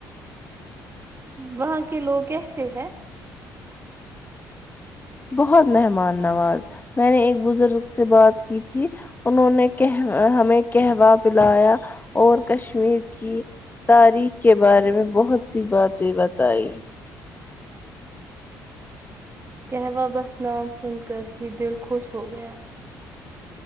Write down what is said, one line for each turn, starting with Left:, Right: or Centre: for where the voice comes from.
Right: وہاں کے لوگ کیسے ہے
Left: بہت مہمان نواز میں نے ایک بزرگ سے بات کی تھی انہوں نے کہ ہمیں کہوہ پلایا اور کشمیر کی تاریخ کے بارے میں بہت سی باتیں بتائی
Right: کہہوہ بس نام سن کر ہی دل خوش ہو گیا